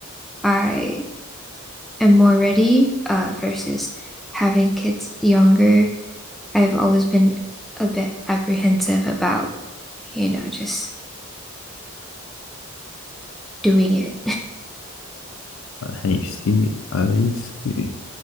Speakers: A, in the centre; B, on the left.
A: I am more ready, uh, versus having kids younger. I've always been a bit apprehensive about, you know, just doing it.
B: Hey, see, I see.